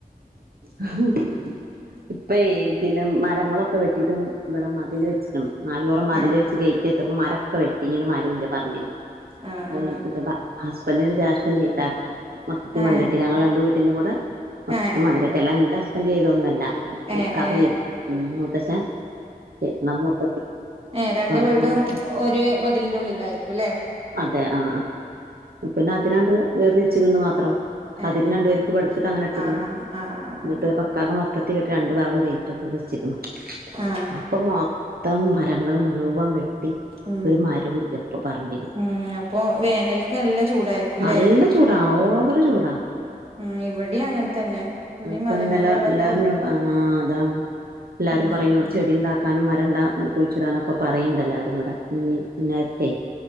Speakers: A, on the right; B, on the right.
A: <unintelligible> ഇപ്പേ പിന്നെ മ മരങ്ങളൊക്കെ വെട്ടീട്ടും ഇവിടെ മതില് നാലുപൊറം മതില്
B: ആ ആ
A: വെച്ച് ഗെയ്റ്റ് വെച്ചപ്പം മരൊക്കെ വെട്ടി ഇനി ഒരു മരൂല്ല പറമ്പില് <inaudible>
B: ആ
A: <unintelligible>
B: ആ
A: മൊത്തത്തി
B: ആ ഏ
A: മതിലെട്ടി ഞങ്ങൾ രണ്ട് വീട്ടിലുങ്കൂടെ മൊത്തത്തി
B: ഏ
A: മതിലിട്ട് എല്ലാ ന്റെ ഹസ്ബന്റ് ചെയ്തോന്നല്ല
B: ഏ
A: ഇക്കാക്ക
B: ഏ ഏ
A: ചെയ്ത് മൂത്തച്ഛൻ <unintelligible>
B: ഏഹ് രണ്ട് വീടും
A: കൂടെ മൊത്തം
B: ഒര് മതിലിന്റെ ഉള്ളിലായിരിക്കുല്ലെ
A: അതെ ആ പിന്നെ അതി രണ്ട് വേർതിരിച്ചികിന് മാത്രം
B: ഏ
A: അതിന്ന്
B: ഏ
A: രണ്ട് വരിക് പഠിത്തിട്ട് അങ്ങനെ ഇട്ട്കേണ്
B: ആ ആ ആ ആ അങ്ങനെ
A: വീട്ടില് <unintelligible> മൊത്തത്തിൽ രണ്ട് ഭാഗം ഗെയ്റ്റ് ഒക്കെ വെച്ച്കിണ്
B: ആ
A: അപ്പം മൊത്തം മരങ്ങളും ളും വെട്ടി
B: ഉം
A: ഒരു മരോവില്ല ഇപ്പം പറമ്പില്
B: ഉം അപ്പൊ വേനൽക്ക് നല്ല ചൂടായിരിക്കുംല്ലേ
A: നല്ല ചൂടാ ഓവർ ചൂടാ
B: ഉം ഉം ഇവിടെയും അങ്ങനെ തന്നെ ഇവിടെയും
A: ഇപ്പ
B: മരങ്ങൾ
A: ഇന്നല
B: വളരെ
A: എല്ലാരും
B: കൊറ
A: ഇന്നോട് പ ആ അതാണ് എല്ലാരും
B: ഉം
A: പറിം എന്നോട് ചെടി ഇണ്ടാകാനും മരണ്ടാ കുഴിച്ചിടാനൊക്കെ പറിം ണ്ടല്ലാരും ഇവിടെ മുന്നിൽ മുന്നേരത്തെ